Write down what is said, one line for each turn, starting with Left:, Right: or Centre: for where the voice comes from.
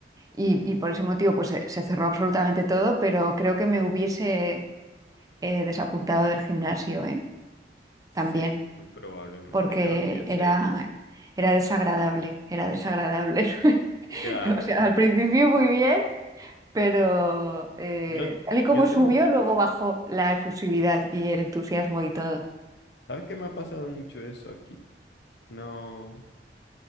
Right: y, y por ese motivo pues se, se cerró absolutamente todo, pero creo que me hubiese eh, desapuntado del gimnasio, ¿eh?
Left: Sí,
Right: También.
Left: muy probablemente.
Right: porque
Left: Yo lo hubiese
Right: era,
Left: hecho, sí.
Right: era desagradable, era desagradable. <laughs>
Left: Claro.
Right: O sea, al principio muy bien, pero eh,
Left: Yo,
Right: tal y como
Left: yo tengo,
Right: subió, luego bajó la efusividad y el entusiasmo y todo.
Left: ¿sabes qué me ha pasado mucho eso aquí? No,